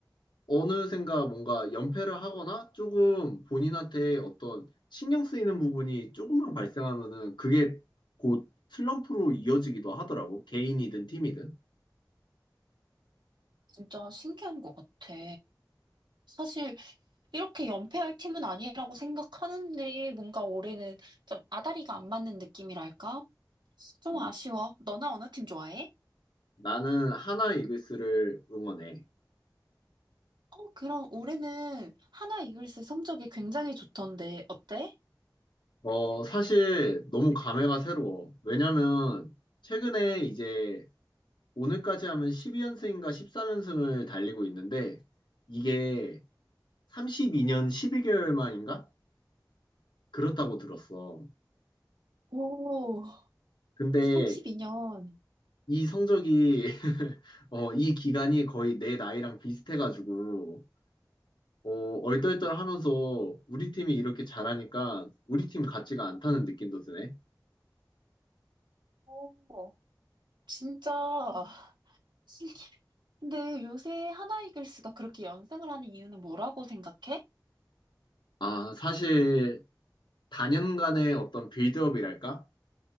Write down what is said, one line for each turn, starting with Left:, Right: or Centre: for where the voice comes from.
Left: 어느샌가 뭔가 연패를 하거나 조금 본인한테 어떤 신경 쓰이는 부분이 조금만 발생하면은 그게 곧 슬럼프로 이어지기도 하더라고. 개인이든 팀이든.
Right: 진짜 신기한 것 같아. 사실 이렇게 연패할 팀은 아니라고 생각하는데 뭔가 올해는 좀 아다리가 안 맞는 느낌이랄까? 좀
Left: 음,
Right: 아쉬워. 너나 어느 팀 좋아해?
Left: 나는 하나 이글스를 응원해.
Right: 어, 그럼 올해는 하나 이글스 성적이 굉장히 좋던데 어때?
Left: 어, 사실 너무 감회가 새로워. 왜냐면 최근에 이제 오늘까지 하면 12연승인가 13연승을 달리고 있는데 이게 32년 11개월 만인가? 그렇다고 들었어.
Right: 오,
Left: 근데
Right: 32년.
Left: 이 성적이 <laughs> 어, 이 기간이 거의 내 나이랑 비슷해가지고 어, 얼떨떨하면서 우리 팀이 이렇게 잘하니까 우리 팀 같지가 않다는 느낌도 드네.
Right: 오, 진짜 <laughs> 신기해. 근데 요새 하나 이글스가 그렇게 연승을 하는 이유는 뭐라고 생각해?
Left: 아, 사실 단연간의 어떤 빌드업이랄까?